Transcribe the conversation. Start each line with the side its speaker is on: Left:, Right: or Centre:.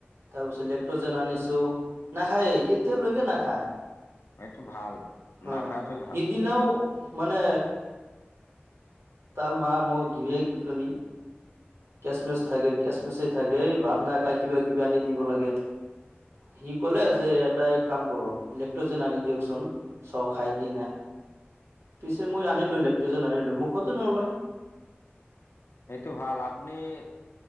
Right: তাৰপিছত লেক্ট্ৰযেন আনিছো, নাখাইয়ে, এতিলৈকে নাখায়।
Left: এইটো ভাল
Right: হা,
Left: নাখাৱাটোৱেই
Right: সিদিনাও
Left: ভাল
Right: মানে তাৰ মা, মোৰ গীৰীয়েকজনি কেচমিচাই থাকে, কেচমিচাই থাকে, এই ভাত নাখাই কিবা কিবি আনি দিব লাগে। সি কলে যে এটা কাম কৰক ইলেক্ট্ৰজন আনি দিয়কচোন, চাওঁ খাই কি না। পিছে মই আনিলো, লেকটোযেন আনিলো, মুখতে নলয়।
Left: সেইটো ভাল, আপুনি এ